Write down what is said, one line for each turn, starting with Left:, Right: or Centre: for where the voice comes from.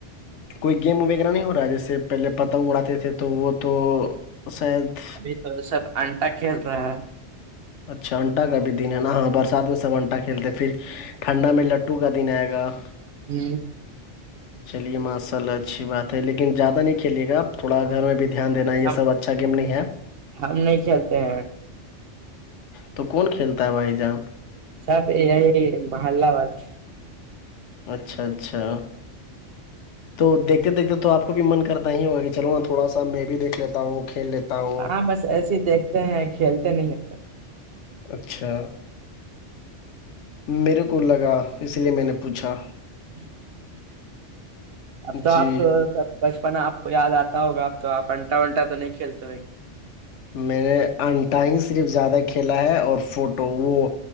Left: کوئی گیم وغیرہ نہیں ہو رہا ہے جیسے پہلے پتنگ اڑاتے تھے تو وہ تو شاید
Right: ا تو سب انٹا کھیل رہا ہے
Left: اچھا انٹا کا بھی دن ہے نا ہاں برسات میں سب انٹا کھیلتے ہیں پھر ٹھنڈا میں لڈٹو کا دن آئے گا
Right: ہی
Left: چلیے ماشاءلہ اچھی بات ہے لیکن زیادہ نہیں کھیلے گا آپ تھوڑا گھر میں بھی دھیان دینا یہ
Right: ہم
Left: سب اچھا گیم نہیں ہے
Right: ہم نہیں کھیتے ہیں
Left: تو کون کھیلتا ہے بھائی جان
Right: سر یہ محلہ باد
Left: اچھا اچھا تو دیکھتے دیکھتے تو آپ کو بھی من کرتا ہی ہوگا کہ چلو ن تھوڑا سا میں بھی دیکھ لیتا ہوں وہ کھیل لیتا ہوں
Right: ہاں بس ایس ہی دیکھتے ہیں کھیلتے نہیں اب تک
Left: اچھا میرے کو لگا اس لیے میں نے پوچھا
Right: جی اب تو
Left: جی
Right: آپ تو سب بچپن آپ کو یاد آتا ہوگا اب تو آپ انٹا ونٹا تو نہیں کھیلتے ہو
Left: میں نے انٹا ہی صرف زیادہ کھیلا ہے اور فوٹو وہ